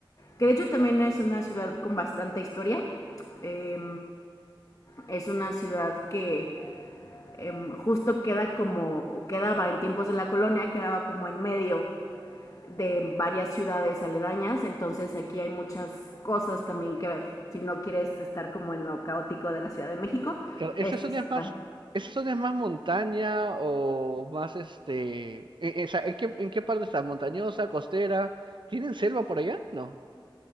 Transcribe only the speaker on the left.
que de hecho también es una ciudad con bastante historia. Eh, es una ciudad que eh, justo queda como, quedaba en tiempos de la colonia, quedaba como en medio de varias ciudades aledañas, entonces aquí hay muchas cosas también que ver. Si no quieres estar como en lo caótico de la Ciudad de México,
esta
es
otra.